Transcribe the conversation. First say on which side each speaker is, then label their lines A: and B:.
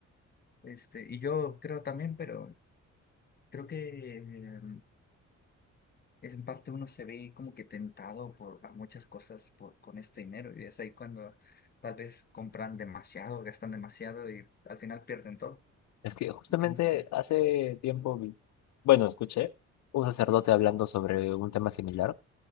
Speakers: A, on the left (about 35°); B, on the left (about 70°).
A: este, y yo creo también, pero creo que eh, es en parte uno se ve como que tentado por a muchas cosas por, con este dinero, y es ahí cuando tal vez compran demasiado, gastan demasiado y al final pierden todo.
B: Es que justamente
A: Entonces,
B: hace tiempo, vi- bueno, escuché un sacerdote hablando sobre un tema similar